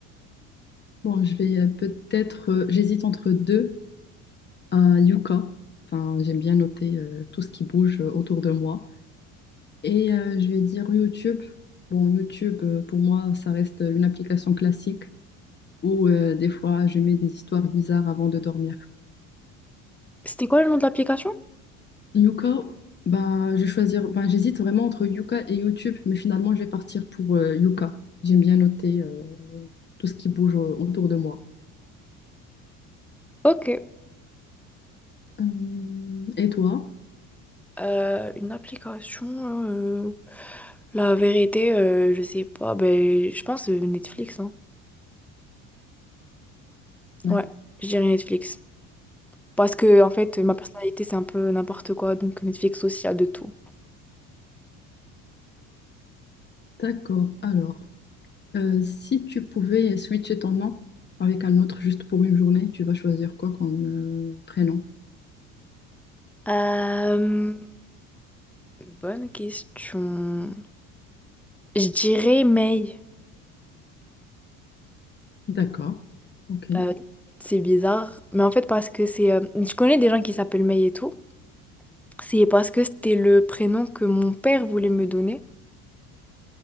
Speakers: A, on the left; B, in the centre.
A: Bon, je vais euh, peut-être. euh, j'hésite entre deux. Un yucca. Enfin, j'aime bien noter euh, tout ce qui bouge euh, autour de moi. Et euh, je vais dire YouTube. Bon, YouTube, euh, pour moi, ça reste une application classique où euh, des fois, je mets des histoires bizarres avant de dormir.
B: C'était quoi le nom de l'application?
A: Yuka, ben, je vais choisir, ben, j'hésite vraiment entre Yuka et YouTube, mais finalement, je vais partir pour euh, Yuka. J'aime bien noter euh, tout ce qui bouge euh, autour de moi.
B: Ok.
A: Euh, et toi?
B: Euh, une application, euh, la vérité, euh, je sais pas. Ben, je pense euh, Netflix. hein.
A: Ouais.
B: Ouais, je dirais Netflix. Parce que, en fait, ma personnalité, c'est un peu n'importe quoi. Donc, Netflix aussi a de tout.
A: D'accord. Alors, euh, si tu pouvais switcher ton nom avec un autre juste pour une journée, tu vas choisir quoi comme euh, prénom?
B: Euh, bonne question. Je dirais Mail.
A: D'accord. Ok.
B: Euh, c'est bizarre, mais en fait parce que c'est... euh, je connais des gens qui s'appellent May et tout. C'est parce que c'était le prénom que mon père voulait me donner.